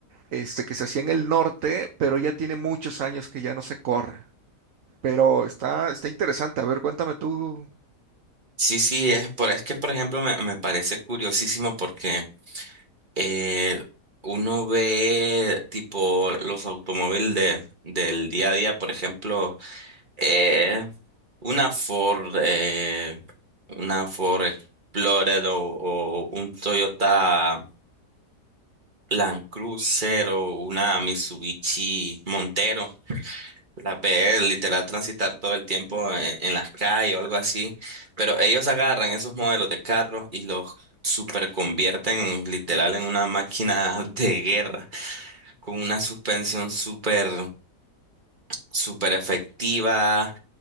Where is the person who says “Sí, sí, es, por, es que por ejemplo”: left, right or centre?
Right